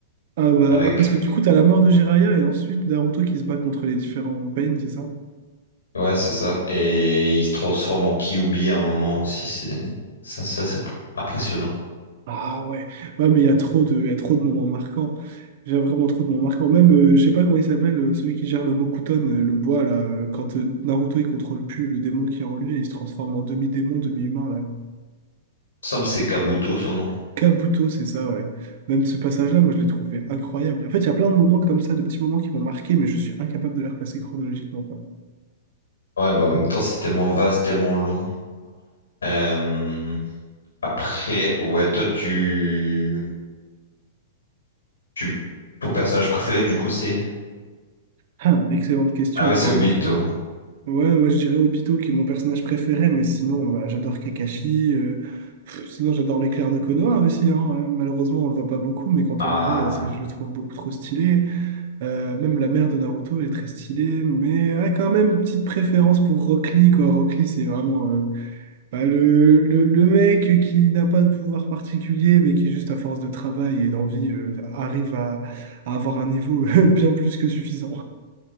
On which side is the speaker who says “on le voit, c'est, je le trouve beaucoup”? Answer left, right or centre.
Right